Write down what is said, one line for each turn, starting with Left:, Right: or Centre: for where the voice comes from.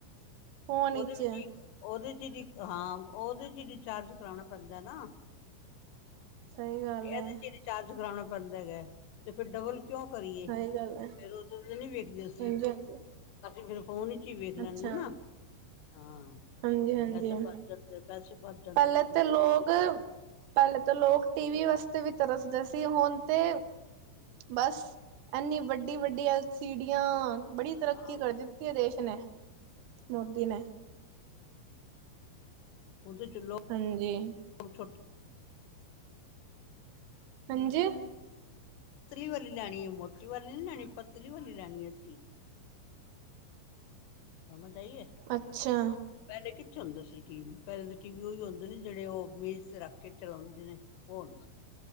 Right: ਫੋਨ ਵਿਚ
Left: ਓਦੇ ਵਿੱਚ ਈ ਓਦੇ ਚ ਈ ਹਾਂ, ਓਦੇ ਚ ਈ ਰਿਚਾਰਜ ਕਰਾਓਣਾ ਪੈਂਦਾ ਨਾ
Right: ਸਹੀ ਗੱਲ
Left: ਤੇ
Right: ਹੈ
Left: ਐਦੇ ਚ ਰਿਚਾਰਜ ਕਰਾਣਾ ਪੈਂਦਾ ਹੈਗਾ, ਤੇ ਫੇਰ ਡਬਲ ਕਿਉ ਕਰੀਏ,
Right: ਸਹੀ
Left: ਤੇ
Right: ਗੱਲ ਹੈ
Left: ਫੇਰ ਓਦੋ ਤੇ ਨੀ ਵੇਖਦੇ ਅਸੀ
Right: ਹਾਂਜੀ ਹਾਂਜੀ
Left: ਅਸੀ ਫੇਰ ਫੋਨ ਇਚ ਹੀ ਵੇਖ ਲੈਨੇ
Right: ਅੱਛਾ
Left: ਨਾ, ਹਾਂ
Right: ਹਾਂਜੀ, ਹਾਂਜੀ
Left: ਪੈਸੇ
Right: ਆਂ
Left: ਬਚ ਜਾਂਦੇ ਪੈਸੇ ਬਚ ਜਾਂਦੇ
Right: ਪੈਲੇ
Left: ਨੇ ਫਿਰ
Right: ਤੇ ਲੋਗ ਪੈਲੇ ਤੇ ਲੋਗ ਟੀ ਵੀ ਵਾਸਤੇ ਵੀ ਤਰਸਦੇ ਸੀ ਹੋਨ ਤੇ ਬਸ ਐਨੀ ਵੱਡੀ, ਵੱਡੀ ਐਲਸੀਡੀਆਂ ਬੜੀ ਤਰੱਕੀ
Left: ਹਾਂ
Right: ਕਰ ਦਿੱਤੀ ਏ ਦੇਸ਼ ਨੇ, ਮੋਦੀ ਨੇ
Left: ਓਦੇ ਚ
Right: ਹਾਂਜੀ।
Left: <unintelligible> <unintelligible> ਪਤਲੀ
Right: ਹਾਂਜੀ
Left: ਵਾਲੀ ਲੈਣੀ ਏ, ਮੋੱਟੀ ਵਾਲੀ ਨੀ ਲੈਣੀ, ਪਤਲੀ ਵਾਲੀ ਲੈਣੀ ਅਸੀ ਸਮਝ ਆਈ ਏ
Right: ਅੱਛਾ।
Left: ਪਹਿਲੇ ਕਿੱਥੇ ਹੁੰਦੇ ਸੀ ਟੀ ਵੀ ਪੈਲੇ ਤੇ ਟੀ ਵੀ ਓਈਉ ਹੋਂਦੇ ਸੀ ਜਿਹੜੇ ਉਹ ਮੇਜ ਤੇ ਰੱਖ ਕੇ ਚਲਾਉਂਦੇ ਨੇ ਉਹ